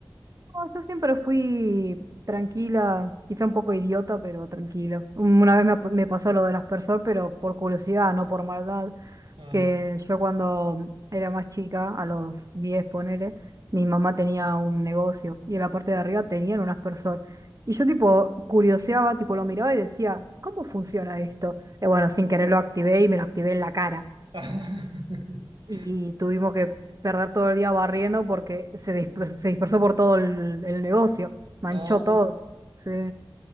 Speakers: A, on the right (about 40°); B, on the right (about 65°).
A: No, yo siempre fui tranquila, quizá un poco idiota, pero tranquila. Un- Una vez me, ap- me pasó lo del aspersor, pero por curiosidad, no por maldad,
B: Ah,
A: que yo cuando era más chica, a los 10 ponele, mi mamá tenía un negocio y en la parte de arriba tenían un aspersor. Y yo tipo curioseaba, tipo lo miraba y decía, ¿cómo funciona esto? Y bueno, sin querer lo activé y me lo activé en la cara
B: <laughs>
A: y tuvimos que perder todo el día barriendo porque se disper- se dispersó por todo el, el negocio, manchó
B: Ah,
A: todo. Sí.